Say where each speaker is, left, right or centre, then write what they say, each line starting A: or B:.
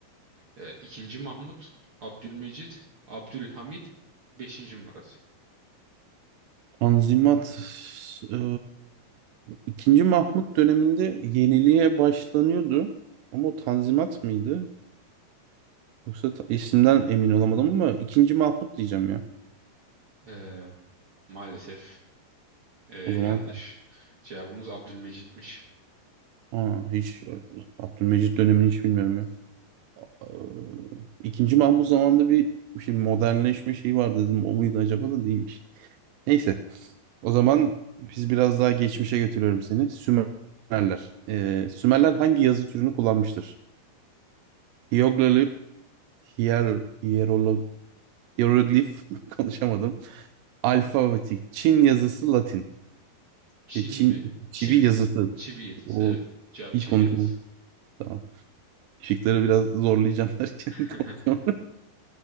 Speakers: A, on the right (about 55°); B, on the right (about 80°).
A: Ee, İkinci Mahmut, Abdülmecit, Abdülhamid, Beşinci Murat.
B: Tanzimat e, ikinci Mahmut döneminde yeniliğe başlanıyordu. Ama o Tanzimat mıydı? Yoksa ta- isimden emin olamadım ama ikinci Mahmut diyeceğim ya.
A: Ee, maalesef e, yanlış.
B: O zaman
A: Cevabımız Abdülmecit'miş.
B: Aa, hiç Abdülmecit dönemini hiç bilmiyorum ya. Ee, İkinci Mahmut zamanında bir şimdi modernleşme şeyi var dedim. O muydu acaba da değilmiş. Neyse. O zaman biz biraz daha geçmişe götürüyorum seni. Sümerler. Ee, Sümerler hangi yazı türünü kullanmıştır? Hieroglif, hier, hierolog, hieroglif <laughs> konuşamadım. Alfabetik. Çin yazısı Latin.
A: Çin
B: E, Çin,
A: mi?
B: çivi
A: Çivi.
B: yazısı.
A: Çivi yazısı
B: O
A: evet. Cevap
B: hiç
A: çivi
B: konuşamadım.
A: yazısı.
B: Tamam. Şıkları biraz zorlayacağım derken <laughs>
A: <laughs>
B: konuşuyorum.